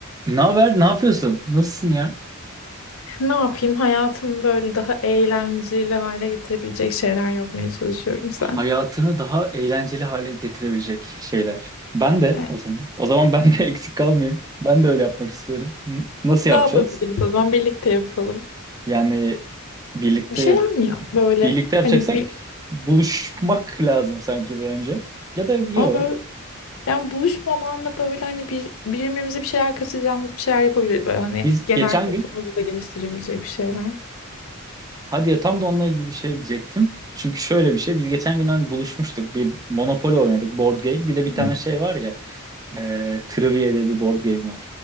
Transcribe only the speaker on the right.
Ne haber? Ne yapıyorsun? Nasılsın ya?
Hayatını daha eğlenceli hale getirebilecek şeyler. Ben de
o zaman. O zaman ben de <laughs> eksik kalmayayım. Ben de öyle yapmak istiyorum. Hı? Nasıl yapacağız?
Yani birlikte
yap
birlikte yapacaksak
buluşmak lazım sanki bir önce. Ya da yok.
Biz
geçen
gün
hadi ya tam da onunla ilgili bir şey diyecektim. Çünkü şöyle bir şey. Biz geçen gün hani buluşmuştuk. Bir Monopoly oynadık. Board game. Bir de bir tane
şey var ya. E, Trivia diye bir board game var.